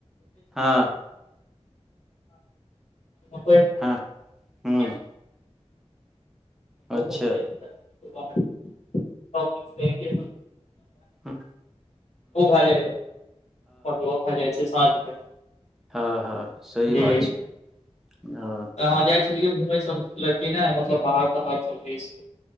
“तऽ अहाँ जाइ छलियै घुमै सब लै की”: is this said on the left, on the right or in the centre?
Left